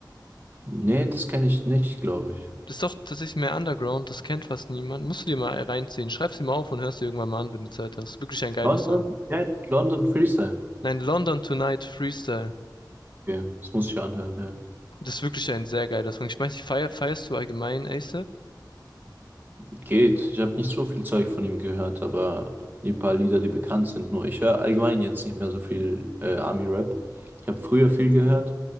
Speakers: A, on the right; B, on the left.
A: Nee, das kenne ich nicht, glaube ich.
B: Das ist doch tatsächlich mehr Underground, das kennt fast niemand. Musst du dir mal reinziehen. Schreib's dir mal auf und hörst dir irgendwann mal an, wenn du Zeit hast. Wirklich ein geiler
A: London?
B: Song.
A: Ja, London Freestyle.
B: Nein, London Tonight Freestyle.
A: Okay, das muss ich anhören, ja.
B: Das ist wirklich ein sehr geiler Song. Ich weiß nicht, feier, feierst du allgemein ASAP?
A: Geht. Ich habe nicht so viel Zeug von ihm gehört, aber die paar Lieder, die bekannt sind, nur ich höre allgemein jetzt nicht mehr so viel äh, Army-Rap. Ich habe früher viel gehört.